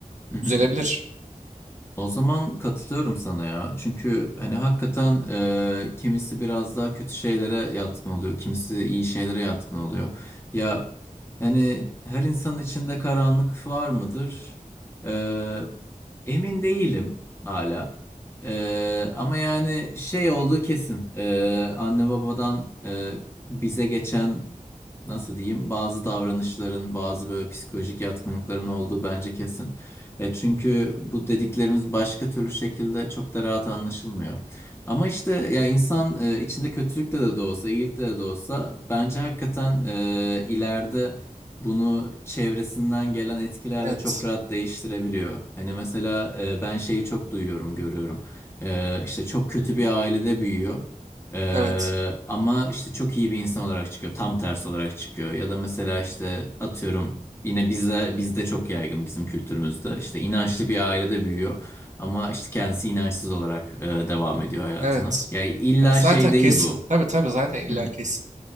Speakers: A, on the left; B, on the right.
A: hı hı.
B: Düzelebilir.
A: O zaman katılıyorum sana ya. Çünkü hani hakikaten e, kimisi biraz daha kötü şeylere yatkın oluyor. Kimisi iyi şeylere yatkın oluyor. Ya hani her insanın içinde karanlık var mıdır? E, emin değilim hala. E, ama yani şey olduğu kesin. E, anne babadan e, bize geçen nasıl diyeyim bazı davranışların, bazı böyle psikolojik yatkınlıkların olduğu bence kesin. E, çünkü bu dediklerimiz başka türlü şekilde çok da rahat anlaşılmıyor. Ama işte ya insan e, içinde kötülükle de de olsa, iyilikle de de olsa bence hakikaten e, ileride bunu çevresinden gelen etkilerle
B: Evet.
A: çok rahat değiştirebiliyor. Hani mesela e, ben şeyi çok duyuyorum, görüyorum. E, işte çok kötü bir ailede büyüyor. Ee,
B: Evet.
A: ama işte çok iyi bir insan olarak çıkıyor. Tam tersi olarak çıkıyor. Ya da mesela işte atıyorum yine bize bizde çok yaygın bizim kültürümüzde. İşte inançlı bir ailede büyüyor. Ama işte kendisi inançsız olarak e, devam ediyor hayatına.
B: Evet.
A: Ya illa
B: Ha, zaten
A: şey değil
B: kesin.
A: bu.
B: Tabii tabii zaten illa
A: Hı hı.
B: kesin.